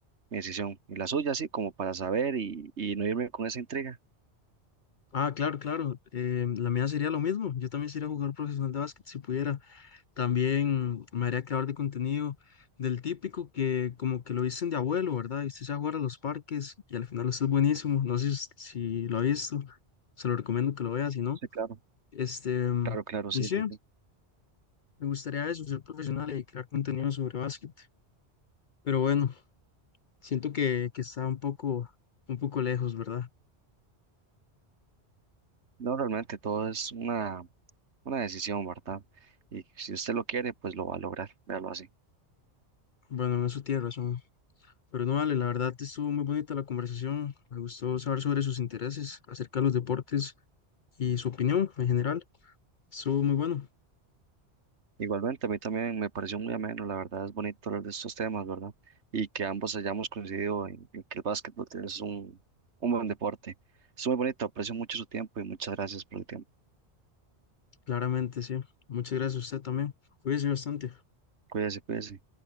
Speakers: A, on the right (about 75°); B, on the left (about 55°).
A: mi decisión. Y la suya, sí, como para saber y, y no irme con esa intriga.
B: Ah, claro, claro. em, la mía sería lo mismo. Yo también sería jugador profesional de básquet si pudiera. También me haría creador de contenido del típico que como que lo dicen de abuelo, ¿verdad? Y usted se va a jugar a los parques y al final usted es buenísimo. No sé si si lo ha visto. Se lo recomiendo que lo vea, si no.
A: Sí, claro.
B: Este, em,
A: Claro, claro,
B: y
A: sí,
B: sí,
A: sí, sí.
B: Me gustaría eso, ser profesional y crear contenido sobre básquet. Pero bueno, siento que, que está un poco, un poco lejos, ¿verdad?
A: No, realmente todo es una, una decisión, ¿verdad? Y si usted lo quiere, pues lo va a lograr. Véalo así.
B: Bueno, en eso tiene razón. Pero no vale, la verdad estuvo muy bonita la conversación. Me gustó saber sobre sus intereses acerca de los deportes y su opinión en general. Estuvo muy bueno,
A: Igualmente, a mí también me pareció muy ameno, la verdad es bonito hablar de estos temas, ¿verdad? Y que ambos hayamos coincidido en, en que el básquetbol es un, un buen deporte. Es muy bonito, aprecio mucho su tiempo y muchas gracias por el tiempo.
B: claramente, sí. Muchas gracias a usted también. Cuídese bastante.
A: Cuídese, cuídese.